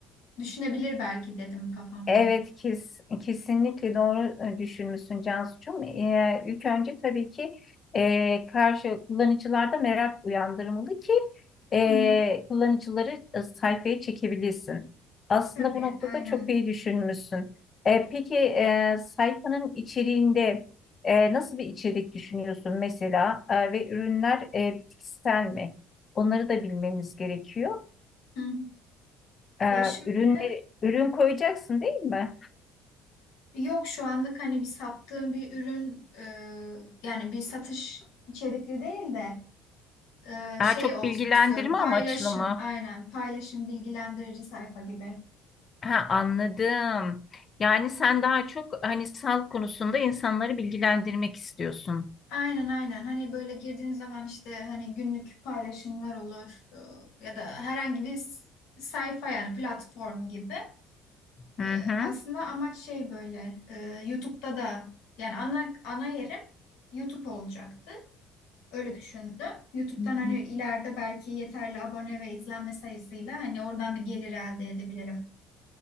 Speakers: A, on the left (about 75°); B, on the left (about 35°).
A: düşünebilir belki dedim kafamda.
B: Evet, kes, kesinlikle doğru e, düşünmüşsün Cansu'cum. Ee, ilk önce tabii ki e, karşı kullanıcılarda merak uyandırmalı ki e,
A: Hı hı,
B: kullanıcıları e, sayfaya çekebilirsin. Aslında
A: tabii
B: bu noktada
A: aynen.
B: çok iyi düşünmüşsün. E, peki e, sayfanın içeriğinde e, nasıl bir içerik düşünüyorsun mesela E, ve ürünler e, bitkisel mi? Onları da bilmemiz gerekiyor.
A: Hı hı.
B: E,
A: Ya şöyle
B: ürünleri, ürün koyacaksın değil mi?
A: Yok şu anlık hani bir sattığım bir ürün e, yani bir satış içerikli değil de e,
B: Daha
A: şey
B: çok
A: olsun
B: bilgilendirme
A: istiyorum. Paylaşım
B: amaçlı mı?
A: aynen paylaşım bilgilendirici sayfa gibi.
B: Ha, anladım. Yani sen daha çok hani sağlık konusunda insanları bilgilendirmek istiyorsun.
A: Aynen aynen hani böyle girdiğiniz zaman işte hani günlük paylaşımlar olur e, ya da herhangi bir s- sayfa yani platform gibi.
B: Hı
A: E, aslında amaç şey böyle e, YouTube'da da yani ana ana yerim YouTube olacaktı. Öyle düşündüm. YouTube'dan
B: hı.
A: hani ileride belki yeterli abone ve izlenme sayısıyla hani oradan bir gelir elde edebilirim